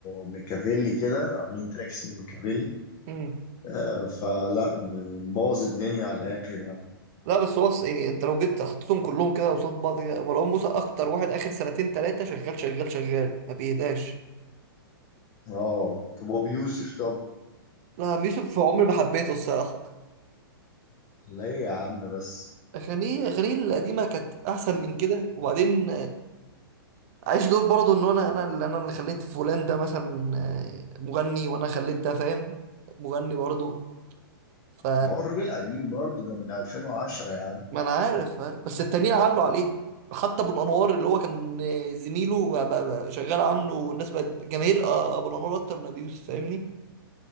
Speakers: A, on the left (about 40°); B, on the right (about 40°).
A: ميكافيلي كده عاملين تراك اسمه ميكافيلي
B: مم.
A: آه فلا مبوظ الدنيا على الاخر يعني
B: لا بس هو أص- يعني انت لو جيت حطيتهم كلهم كده قصاد بعض كده، مروان موسى اكتر واحد اخر سنتين تلاتة شغال شغال شغال ما بيهداش
A: اه طب ابو يوسف طب
B: لا عم يوسف عمري ما حبيته الصراحة
A: ليه يا عم بس
B: اغانيه اغانيه القديمة كانت احسن من كده وبعدين عايش دور برضه ان انا انا اللي انا اللي خليت فلان ده مثلا آه، مغني وانا خليت ده فاهم مغني برضه ف
A: ما هو الراجل قديم برضه ده من 2010 يا عم
B: ما انا عارف عارف. بس التانيين علوا عليه حتى ابو الانوار اللي هو كان آه، زميله بقى بقى شغال عنه والناس بقت جماهير آه، ابو الانوار اكتر من ابي يوسف فاهمني